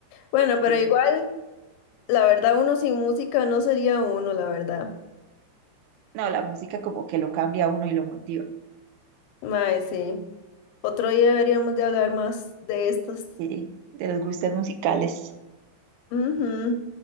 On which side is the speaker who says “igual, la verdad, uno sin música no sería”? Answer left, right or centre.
Left